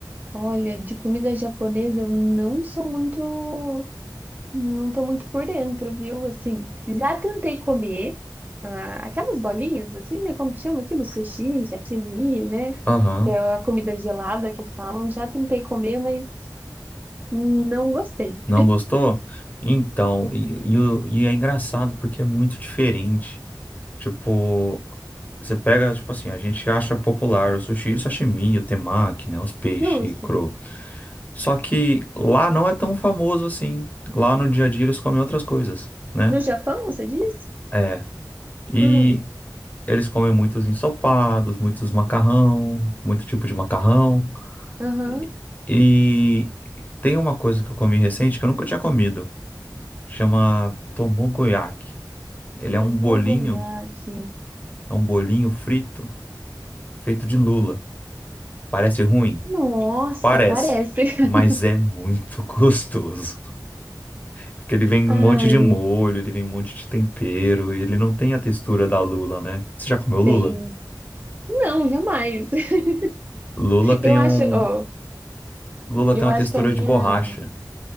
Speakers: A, on the right; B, on the left.
A: olha, de comida japonesa eu não sou muito. Não tô muito por dentro, viu? Assim, já tentei comer ah, aquelas bolinhas, assim, né? Como que chama aquilo? Sushi, sashimi, né?
B: Aham.
A: Que é a comida gelada que falam. Já tentei comer, mas não gostei.
B: Não gostou? Então, e, e o- e é engraçado porque é muito diferente. Tipo, você pega, tipo assim, a gente acha popular o sushi, o sashimi, o temaki, né? Os peixes
A: Justo.
B: cru. Só que lá não é tão famoso assim. Lá no dia a dia eles comem outras coisas, né?
A: No Japão, você diz?
B: É. E
A: Hum,
B: eles comem muitos ensopados, muitos macarrão, muito tipo de macarrão.
A: Aham.
B: E, e tem uma coisa que eu comi recente que eu nunca tinha comido. chama Tomogoyaki. Ele é
A: Tomogoyaki.
B: um bolinho, é um bolinho frito feito de lula. Parece ruim?
A: Nossa,
B: Parece,
A: parece.
B: mas
A: <laughs>
B: é muito <laughs> gostoso. Porque ele vem
A: Ai,
B: um monte de molho, ele vem um monte de tempero e ele não tem a textura da lula, né? Você já comeu lula?
A: tem. Não, jamais. <laughs>
B: Lula tem
A: Eu acho,
B: um,
A: ó,
B: lula
A: eu
B: tem uma
A: acho
B: textura
A: que a minha.
B: de borracha.